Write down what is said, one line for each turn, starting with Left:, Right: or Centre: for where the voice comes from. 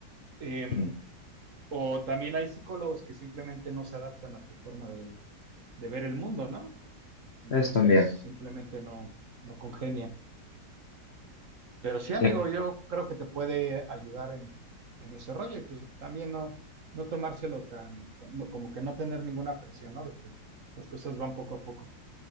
Right: eh,
Left: Mm.
Right: o también hay psicólogos que simplemente no se adaptan a tu forma de, de ver el mundo, ¿no? Entonces,
Left: Es también.
Right: simplemente no, no congenia. Pero sí,
Left: Sí.
Right: amigo, yo creo que te puede ayudar en, en ese rollo y pues también no, no tomárselo tan, no- como que no tener ninguna presión, ¿no? De que las cosas van poco a poco.